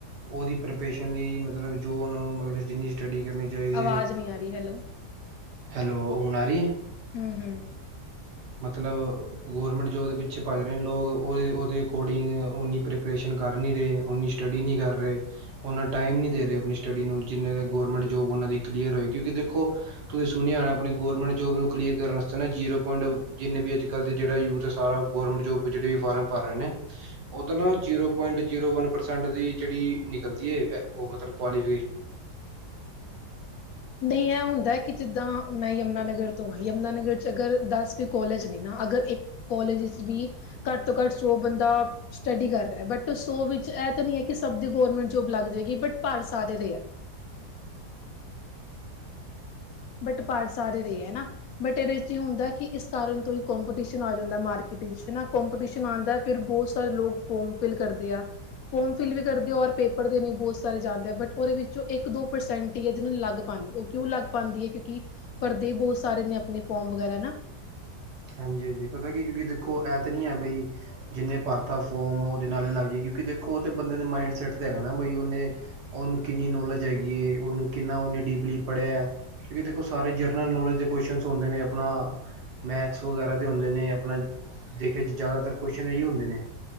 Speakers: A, on the right; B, on the left.
A: ਉਹਦੀ ਪ੍ਰਪਰੇਸ਼ਨ ਲਈ ਮਤਲਬ ਜੋ ਉਹਨਾਂ ਨੂੰ ਮਤਲਬ ਜਿੰਨੀ ਸਟੱਡੀ ਕਰਨੀ ਚਾਹੀਦੀ
B: ਆਵਾਜ਼
A: ਐ,
B: ਨਹੀਂ ਆ ਰਹੀ ਹੈਲੋ
A: ਹੈਲੋ ਹੁਣ ਆ ਰੀ ਐ।
B: ਹਮ ਹਮ
A: ਮਤਲਬ ਗੌਰਮੈਂਟ ਜੋਬ ਦੇ ਪਿੱਛੇ ਭੱਜ ਰਹੇ ਨੇ ਲੋਕ ਉਹਦੇ-ਉਹਦੇ ਅਕੋਡਿੰਗ ਉਨੀ ਪ੍ਰੀਪਰੇਸ਼ਨ ਕਰਨੀ ਨਹੀਂ ਰਹੇ ਉੱਨੀ ਉਨੀ ਸਟੱਡੀ ਨੀ ਕਰ ਰਹੇ ਉਹਨਾ ਟਾਈਮ ਨੀ ਦੇ ਰਹੇ ਆਪਣੀ ਸਟੱਡੀ ਨੂੰ ਜਿੰਨੇ ਦਾ ਗੌਰਮੈਂਟ ਜੋਬ ਉਹਨਾਂ ਦੀ ਕਲੀਅਰ ਹੋਏ ਕਿਉਂਕਿ ਦੇਖੋ ਤੁਸੀਂ ਸੁਣਿਆ ਹੋਣਾ ਆਪਣੇ ਗਵਰਮੈਂਟ ਜੋਬ ਨੂੰ ਕਲੀਅਰ ਕਰਨ ਵਾਸਤੇ ਨਾ ਜੀਰੋ ਪੁਆਇੰਟ ਜਿੰਨੇ ਵੀ ਅੱਜ ਕਲ੍ਹ ਦਾ ਜਿਹੜਾ ਯੂਥ ਹੈ ਸਾਰਾ ਗਰਮੈਂਟ ਜੋਬ ਦੇ ਜਿਹੜੇ ਵੀ ਫਾਰਮ ਭਰ ਰਹੇ ਨੇ। ਉਹ ਤਾਂ ਨਾ zero point zero one percent ਦੀ ਜਿਹੜੀ ਨਿਕਲਦੀ ਹੈ। ਉਹ ਮਤਲਬ ਕੁਆ ਦੀ
B: ਨਹੀਂ ਇਹ ਹੁੰਦਾ ਕਿ ਜਿੱਦਾਂ ਮੈਂ ਯਮੁਨਾ ਨਗਰ ਤੋਂ ਆ ਯਮੁਨਾ ਨਗਰ ਚ ਅਗਰ ਦਸ ਤੇ ਕੋਲਜ ਨੇ ਨਾ ਅਗਰ ਇੱਕ ਕੋਲਜ ਵਿੱਚ ਵੀ ਘੱਟ ਤੋਂ ਘੱਟ ਸੌ ਬੰਦਾ ਸਟੱਡੀ ਕਰ ਰਿਹਾ ਬਟ ਸੋ ਵਿੱਚ ਇਹ ਤਾਂ ਨਹੀ ਹੈ ਕਿ ਸਭ ਦੀ ਗਵਰਮੈਂਟ ਜੋਬ ਲੱਗ ਜਾਏਗੀ ਬਟ ਭਰ ਸਾਰੇ ਰਹੇ ਹੈ ਬਟ ਭਰ ਸਾਰੇ ਰਹੇ ਆ ਨਾ ਬਟ ਇਹਦੇ ਵਿੱਚ ਇਹ ਹੁੰਦਾ ਨਾ ਕਿ ਇਸ ਕਾਰਨ ਤੋਂ ਕਪਟੀਸ਼ਨ ਆ ਜਾਂਦਾ ਮਾਰਕੀਟ ਵਿੱਚ ਹੈ ਨਾ ਕੋਂਪੀਟੀਸ਼ਨ ਆਂਦਾ ਫਿਰ ਬਹੁਤ ਸਾਰੇ ਲੋਕ ਫੋਰਮ ਫਿਲ ਕਰਦੇ ਆ ਫੋਰਮ ਫਿਲ ਵੀ ਕਰਦੇ ਹੋ ਔਰ ਪੇਪਰ ਦੇਨ ਬਹੁਤ ਸਾਰੇ ਜਾਂਦੇ ਆ ਬਟ ਉਹਦੇ ਵਿੱਚੋਂ ਇੱਕ ਦੋ ਪਰਸੈਂਟ ਨੂੰ ਲੱਗ ਪਾਉਂਦੀ ਉਹ ਕਿਉਂ ਲੱਗ ਪਾਉਂਦੀ ਹੈ ਕਿਉਕਿ ਭਰਦੇ ਬਹੁਤ ਸਾਰੇ ਨੇ ਆਪਣੇ ਫੋਰਮ ਵਗੈਰਾ ਨਾ
A: ਹਾਂਜੀ ਹਾਂਜੀ ਪਤਾ ਕੀ ਕਿਉਂਕਿ ਦੇਖੋ ਇਹ ਤਾਂ ਨਹੀਂ ਹੈ ਬਈ ਜਿੰਨੇ ਭਰ ਤਾ ਫੋਮ ਉਹਦੇ ਨਾਲ ਹੀ ਲੱਗ ਜਾਈਏ ਕਿਉਂਕਿ ਦੇਖੋ ਤਾਂ ਬੰਦੇ ਦੇ ਮਾਇੰਡ ਸੈੱਟ ਤੇ ਹੈਗਾ ਨਾ ਬਈ ਉਹਨੇ ਉਹਨੂੰ ਕਿੰਨੀ ਨੌਲੇਜ ਹੈਗੀ ਏ ਉਹਨੂੰ ਕਿੰਨਾ ਉਹਨੇ ਡੀਪਲੀ ਪੜ੍ਹਿਆ। ਕਿਉਂਕਿ ਦੇਖੋ ਸਾਰੇ ਜਰਨਲ ਨੌਲੇਜ ਦੇ ਕੁਸਚਨ ਹੁੰਦੇ ਨੇ ਆਪਣਾ ਮੈਥ ਵਗੈਰਾ ਦੇ ਹੁੰਦੇ ਨੇ ਆਪਣਾ ਦੇਖਿਆ ਜ਼ਿਆਦਾਤਰ ਕੁਸ਼ਚਨ ਇਹੀ ਹੁੰਦੇ ਨੇ।